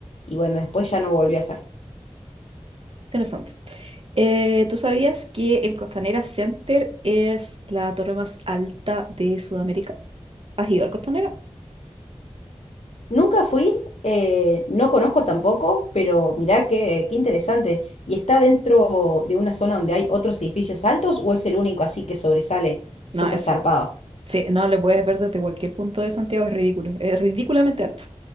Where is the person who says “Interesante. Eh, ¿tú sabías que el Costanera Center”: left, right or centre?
Right